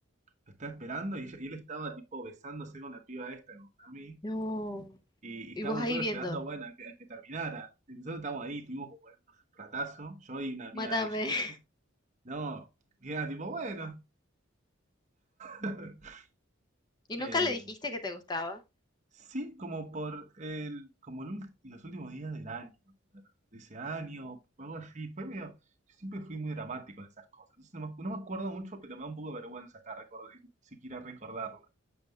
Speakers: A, on the right; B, on the left.
A: lo estaba esperando, y, ella- y él estaba tipo besándose con la piba esta, con a mí,
B: No.
A: y, y estábamos
B: Y vos ahí
A: nosotros
B: viendo.
A: esperando, bueno, a que, a que terminara. Y nosotros estábamos ahí, tuvimos como un ratazo, yo y una amiga
B: Mátame.
A: de ella.
B: <laughs>
A: No, y era tipo, bueno. <laughs>
B: ¿Y
A: Eh,
B: nunca le dijiste que te gustaba?
A: Sí, como por el, como el ul- los últimos días del año, me acuerdo, de ese año, o algo así. Fue medio, yo siempre fui muy dramático en esas cosas. Entonces no me, acu- no me acuerdo mucho, pero me da un poco de vergüenza acá recordar, siquiera recordarlo.